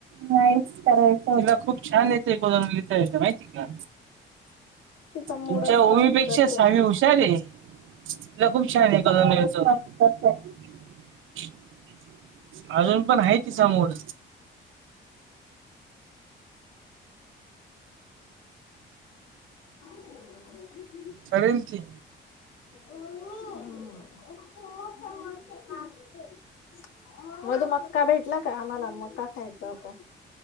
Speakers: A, on the right; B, on the left.
A: मा करायचला खूप छान येतयोदा लिहिता य माहितीय
B: तिचा मूड
A: तुमच्या
B: असला
A: उमीपेक्षा
B: की करते
A: सामी हुशार आहे. तिला खूप छान ऐकायला मिळतं ऐकून घ्यायचं. ह <unintelligible> अजून पण आहे तिचा मूड
B: ह <unintelligible>
A: ठरेल की
B: हो होठ्या मोठ कामते <unintelligible> मधू मक्का भेटला का आम्हाला मक्का खायचा होता.